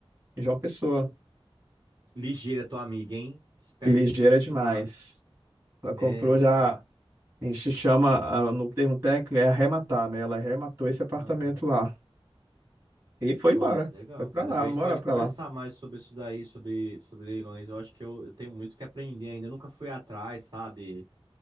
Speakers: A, on the right; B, on the right.
A: em João Pessoa.
B: Ligeira tua amiga, hein? Espertíssima.
A: É Ligeira demais. Ela
B: É,
A: comprou já,
B: cara.
A: a gente chama, ah, no termo técnico, é arrematar, né? Ela arrematou esse apartamento
B: Aham.
A: lá. E foi
B: Nossa,
A: embora.
B: legal,
A: Foi pra
B: cara.
A: lá,
B: Depois
A: morar
B: a gente pode
A: pra
B: conversar
A: lá.
B: mais sobre isso daí, sobre, sobre leilões. Eu acho que eu, eu tenho muito o que aprender ainda. Eu nunca fui atrás, sabe?